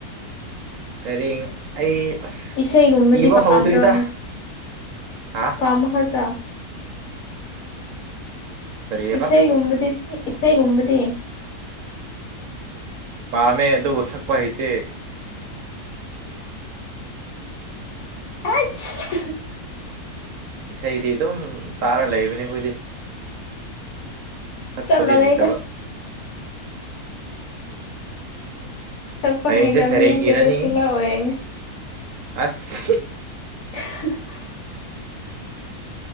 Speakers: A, on the right; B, on the left.
A: ꯁꯔꯦꯡ ꯑꯩ ꯑꯁ
B: ꯏꯁꯩꯒꯨꯝꯕꯗꯤ
A: ꯏꯕ
B: ꯄꯥꯝꯗ꯭ꯔꯣ
A: ꯍꯥꯎꯗ꯭ꯔꯗ ꯍꯥ
B: ꯀꯝꯈꯇꯥ
A: ꯀꯔꯤꯑꯕ
B: ꯏꯁꯩꯒꯨꯝꯕꯗꯤ ꯏꯁꯩꯒꯨꯝꯕꯗꯤ
A: ꯄꯥꯝꯃꯦ ꯑꯗꯨꯕꯨ ꯁꯛꯄ ꯍꯩꯇꯦ
B: ꯑ
A: ꯏꯁꯩꯗꯤ ꯑꯗꯨꯝ ꯇꯥꯔ ꯂꯩꯕꯅꯤ ꯑꯩꯈꯣꯏꯗꯤ ꯊꯛꯄꯗꯤ
B: ꯆꯞ ꯃꯥꯟꯅꯩꯗ
A: ꯍꯩꯇꯕ
B: ꯁꯛꯄ
A: ꯍꯌꯦꯡꯁꯦ
B: ꯍꯩꯇꯕꯅꯤꯅ
A: ꯁꯩꯔꯦꯡ
B: ꯇꯣꯏꯂꯦꯠ
A: ꯏꯔꯅꯤ
B: ꯁꯤꯡꯂꯔ ꯑꯣꯏꯔꯅꯦ
A: ꯑꯁ
B: <unintelligible>